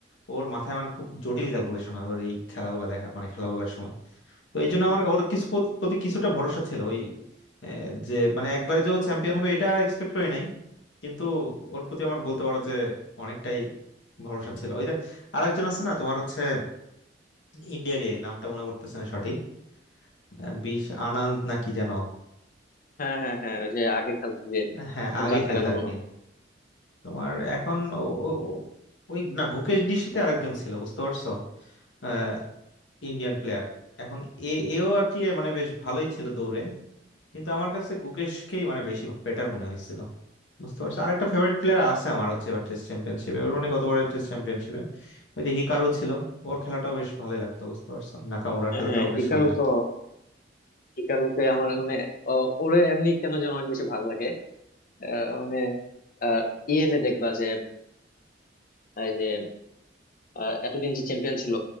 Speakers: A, on the left; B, on the left.
A: ওর মাথায় মানে খুব জটিল ক্যালকুলেশন হয় ওর এই খেলাগুলো দেখা মানে খেলাগুলোর সময় তো এই জন্য আমার ওর কিছু প্রত- প্রতি কিছুটা ভরসা ছিল ওই আহ, যে মানে একবারে যে ও চ্যাম্পিয়ন হবে এটা এক্সপেক্ট করি নাই কিন্তু ওর প্রতি আমার বলতে পারো যে অনেকটাই ভরসা ছিল ওই যে আরেকজন আছে না তোমার হচ্ছে ইন্ডিয়ারই নামটা মনে পড়তেছে না সঠিক আহ, বিশ আনন্দ নাকি যেন
B: হ্যাঁ হ্যাঁ হ্যাঁ ওই যে আগে খেলতো যে
A: আহ, হ্যাঁ
B: এখন
A: আগে
B: তো আর
A: খেলতো
B: খেলে না
A: আর
B: মনে
A: কি
B: হয়
A: তোমার এখন ও- ও- ও- ওই না গুকেশ ডির সাথে আরেকজন ছিল বুঝতে পারছো আহ, ইন্ডিয়ান প্লেয়ার এখন এ এও আর কি মানে বেশ ভালোই ছিল দৌড়ে কিন্তু আমার কাছে গুকেশকেই মানে বেশি বেটার মনে হয়েছিল বুঝতে পারছো আরেকটা ফেভারিট প্লেয়ার আছে আমার হচ্ছে এবার টেস্ট চ্যাম্পিয়নশিপে ওর মানে গতবারের টেস্ট চ্যাম্পিয়নশিপে ওই যে হিকারু ছিল ওর খেলাটাও বেশ ভালোই লাগতো বুঝতে পারছো নাকামুরার
B: হ্যাঁ
A: খেলাটাও
B: হ্যাঁ,
A: বেশ
B: হিকারু
A: ভালোই লাগতো
B: তো হিকারুকে আমার মানে আহ, ওরে এমনি কেন যেন অনেক বেশি ভালো লাগে আহ, মানে আহ, ইয়েতে দেখবা যে এই যে আহ, এতদিন যে চ্যাম্পিয়ন ছিল